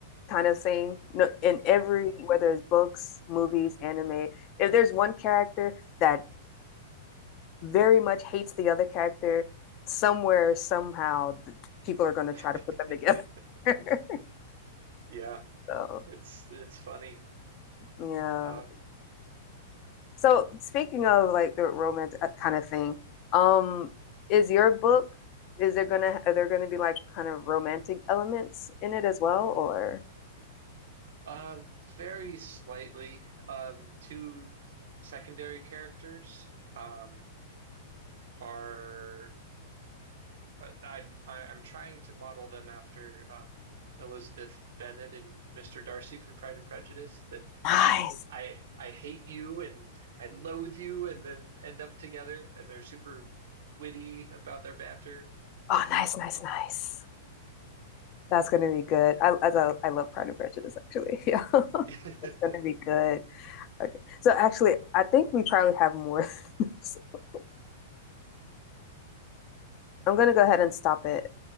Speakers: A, on the left (about 45°); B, on the right (about 70°).
A: kind of thing. No, in every
B: hmm
A: whether it's books, movies, anime, if there's one character that very much hates the other character, somewhere somehow the people are going to try
B: <laughs>
A: to put them together. <laughs>
B: Yeah,
A: So,
B: it's it's funny.
A: yeah.
B: Um,
A: So speaking of like the romance kind of thing, um, is your book is there gonna are there gonna be like kind of romantic elements in it as well or?
B: uh, very slightly. Um, two secondary characters um are I, I I- am trying to model them after um, Elizabeth Bennet and Mr. Darcy from Pride and Prejudice. That
A: Nice.
B: the I I hate you and I loathe you, and then end up together, and they're super witty about their banter.
A: Oh, nice, nice, nice. That's gonna be good. I I, I love Pride and Prejudice actually. Yeah, <laughs>
B: <laughs>
A: it's gonna be good. Okay, so actually, I think we probably have more. <laughs> I'm gonna go ahead and stop it